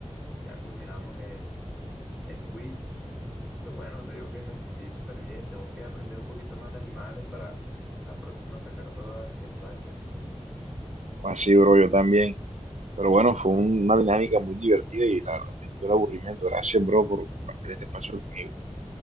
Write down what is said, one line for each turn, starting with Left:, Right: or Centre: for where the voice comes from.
Centre: ya culminamos el el quiz. Pues bueno, te digo que me sentí súper bien. Tengo que aprender un poquito más de animales para la próxima sacar todas en racha.
Right: O así, bro, yo también. Pero bueno, fue un- una dinámica muy divertida y la verdad me quitó el aburrimiento. Gracias, bro, por compartir este espacio conmigo.